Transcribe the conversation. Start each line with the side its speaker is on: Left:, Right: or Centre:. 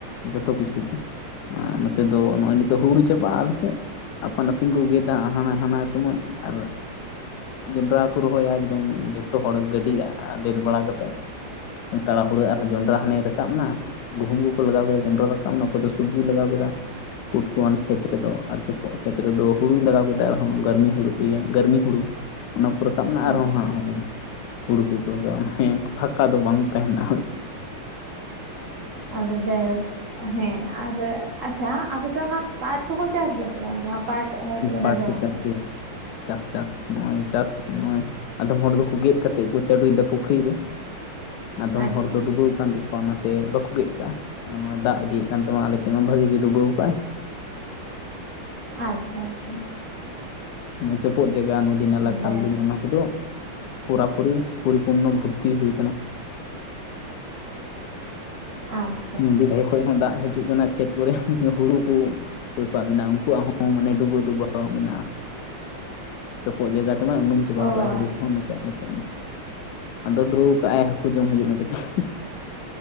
Left: ᱡᱚᱛᱚ ᱠᱤᱪᱷᱩ ᱜᱮ, ᱟᱨ ᱱᱚᱛᱮ ᱫᱚ ᱱᱚᱜᱼᱚᱭ ᱱᱤᱛᱚᱜ ᱦᱩᱲᱩ ᱪᱟᱵᱟᱜᱼᱟ ᱟᱞᱮᱥᱮᱫ᱾ ᱟᱯᱟᱱ ᱟᱹᱯᱤᱱ ᱠᱚ ᱜᱮ ᱫᱟᱜ ᱦᱟᱱᱟ ᱦᱟᱱᱟ ᱥᱚᱢᱚᱭ ᱟᱨ ᱡᱚᱱᱰᱨᱟ ᱠᱚ ᱨᱚᱦᱚᱭᱟ ᱮᱠᱫᱚᱢ ᱡᱚᱛᱚ ᱦᱚᱲ ᱜᱟᱹᱰᱤ ᱟᱫᱮᱨ ᱵᱟᱲᱟ ᱠᱟᱛᱮᱫ ᱾ ᱛᱟᱲᱟ ᱦᱩᱲᱟᱹ ᱟᱨᱦᱚᱸ ᱡᱚᱱᱰᱨᱟ ᱦᱟᱱᱮ ᱨᱟᱠᱟᱵ ᱮᱱᱟ ᱜᱩᱦᱩᱢ ᱠᱚᱠᱚ ᱞᱟᱜᱟᱣ ᱠᱮᱫᱟ ᱡᱚᱱᱰᱨᱟ ᱨᱟᱠᱟᱵ ᱮᱱᱟ ᱾ ᱚᱠᱚᱭ ᱫᱚ ᱥᱚᱵᱽᱡᱤ ᱞᱟᱜᱟᱣ ᱠᱮᱫᱟ ᱠᱩᱴ ᱠᱚᱣᱟᱱ ᱠᱷᱮᱛ ᱨᱮᱫᱚ ᱟᱨ ᱯᱚᱜ ᱠᱷᱮᱛ ᱨᱮᱫᱚ ᱦᱩᱲᱩᱭ ᱞᱟᱜᱟᱣ ᱠᱮᱫᱟ ᱟᱨᱦᱚᱸ ᱾ ᱜᱟᱹᱨᱢᱤ ᱦᱩᱲᱩ ᱜᱮᱭᱟ ᱜᱟᱹᱨᱢᱤ ᱦᱩᱲᱩ ᱚᱱᱟ ᱠᱚ ᱨᱟᱠᱟᱵ ᱮᱱᱟ ᱾ ᱟᱨᱦᱚᱸ
Right: ᱟᱪᱪᱷᱟ
Left: ᱦᱟᱸᱜ ᱦᱩᱲᱩ ᱠᱚᱠᱚ ᱨᱟᱠᱟᱵᱟ ᱾ ᱦᱮᱸ ᱯᱷᱟᱠᱟ ᱫᱚ ᱵᱟᱝ ᱛᱟᱦᱮᱱᱟ
Right: ᱟᱫᱚ ᱡᱟᱭᱦᱳᱠ ᱦᱮᱸ ᱟᱨ ᱟᱪᱪᱷᱟ ᱟᱯᱮ ᱥᱮᱫ ᱚᱱᱟ ᱯᱟᱴ ᱠᱚᱠᱚ ᱪᱟᱥ ᱜᱮᱭᱟ ᱥᱮ ᱵᱟᱝ? ᱡᱟᱦᱟᱸ- ᱯᱟᱴ ᱦᱳᱭᱛᱚᱵᱮᱱ
Left: ᱯᱟᱴ
Right: ᱟᱸᱡᱚᱢ
Left: ᱠᱚ
Right: ᱟᱠᱟᱫᱟ
Left: ᱪᱟᱥ
Right: ᱾
Left: ᱜᱮᱭᱟ ᱪᱟᱥ ᱪᱟᱥ ᱱᱚᱜᱼᱚᱭ ᱪᱟᱥ ᱱᱚᱜᱼᱚᱭ ᱟᱫᱚᱢ ᱦᱚᱲ ᱫᱚᱠᱚ ᱜᱮᱫ ᱠᱟᱛᱮᱫ ᱠᱚ ᱪᱟᱰᱩᱭᱮᱫᱟ ᱯᱩᱠᱷᱨᱤ ᱨᱮ ᱟᱫᱚᱢ
Right: ᱟᱪᱪᱷᱟ
Left: ᱦᱚᱲ ᱫᱚ ᱰᱩᱵᱟᱹᱣ ᱠᱟᱱ ᱛᱟᱠᱚᱣᱟ ᱚᱱᱟᱛᱮ ᱵᱟᱠᱚ ᱜᱮᱫ ᱟᱠᱟᱜᱼᱟ ᱱᱚᱜᱼᱚᱭ ᱫᱟᱜ ᱤᱫᱤᱭᱮᱫ ᱠᱟᱱ ᱛᱮᱢᱟ ᱟᱞᱮ ᱥᱮᱫ ᱢᱟ ᱵᱷᱟᱜᱤ ᱜᱮ ᱰᱩᱵᱟᱹᱣ ᱟᱠᱟᱫᱼᱟᱭ
Right: ᱟᱪᱪᱷᱟ ᱟᱪᱪᱷᱟ
Left: ᱚᱱᱮ ᱪᱚᱯᱚᱫ ᱡᱟᱜᱟ ᱱᱚᱫᱤ ᱱᱟᱞᱟ ᱠᱷᱟᱞ
Right: ᱡᱟᱭᱦᱳᱠ
Left: ᱵᱤᱞ ᱚᱱᱟ ᱠᱚᱫᱚ ᱯᱩᱨᱟ ᱯᱩᱨᱤ ᱯᱚᱨᱤᱯᱩᱨᱱᱚ ᱵᱷᱚᱨᱛᱤ ᱦᱩᱭ ᱠᱟᱱᱟ ᱾
Right: <unintelligible>
Left: ᱱᱚᱫᱤ <unintelligible> ᱠᱷᱚᱡ ᱦᱚᱸ ᱫᱟᱜ ᱦᱤᱡᱩᱜ ᱠᱟᱱᱟ ᱠᱷᱮᱛ ᱠᱚᱨᱮ ᱦᱩᱲᱩ ᱠᱩ ᱚᱠᱚᱭ ᱠᱚᱣᱟᱜ ᱢᱮᱱᱟᱜ-ᱟ ᱩᱱᱠᱩᱣᱟᱜ ᱦᱚᱸ ᱢᱟᱱᱮ ᱰᱩᱵᱟᱹ ᱰᱩᱵᱟᱹ ᱢᱮᱱᱟᱜᱼᱟ ᱪᱚᱯᱚᱜ ᱡᱟᱜᱟ ᱛᱮᱢᱟ ᱩᱱᱩᱢ ᱪᱟᱵᱟᱣ
Right: ᱚ
Left: ᱠᱟᱜ ᱟᱭ
Right: ᱟᱪᱪᱷᱟ
Left: ᱦᱩᱲᱩ ᱠᱚᱦᱚᱸ ᱱᱚᱛᱮ ᱟᱞᱮ ᱥᱮᱫ ᱢᱟ ᱟᱫᱚ ᱰᱩᱰᱨᱩ ᱠᱟᱜ-ᱟᱭ ᱦᱟᱹᱠᱩ ᱡᱚᱢ ᱦᱩᱭᱩᱜ ᱱᱟ ᱠᱟᱹᱴᱤᱡ